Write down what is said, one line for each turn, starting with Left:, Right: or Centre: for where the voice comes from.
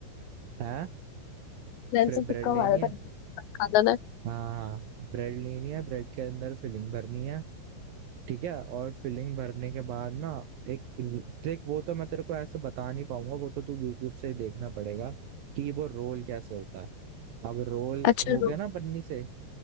Right: है
Left: मैंने
Right: फिर
Left: तो तुक्का
Right: ब्रेड लेनी
Left: मारा था
Right: है
Left: खा जाना है
Right: हाँ हाँ, हाँ। ब्रेड लेनी है ब्रेड के अंदर फिलिंग भरनी है ठीक है और फिलिंग भरने के बाद ना एक देख वो तो मैं तेरे को ऐसे बता नहीं पाऊंगा वो तो तू यूट्यूब से ही देखना पड़ेगा कि वो रोल कैसे होता है अब रोल
Left: अच्छा
Right: हो
Left: रो,
Right: गया ना पन्नी से